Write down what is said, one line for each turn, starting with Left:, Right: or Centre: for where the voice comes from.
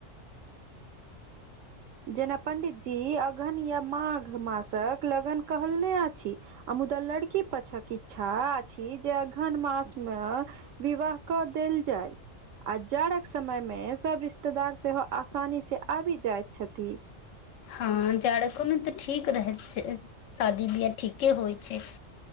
Right: जेना पंडित जी अगहन या माघ मासक लगन कहलने अछि आ मुद्दा लड़की पाछक इच्छा अछि जे अगहन मास मे विवाह कऽ देल जाइ आ जाड़क समय मे सब रिश्तेदार सेहो आसानी से आबि जाय छथि
Left: हँ जाारको में तऽ ठीक रहै छै शादी बियाह ठीके होइ छै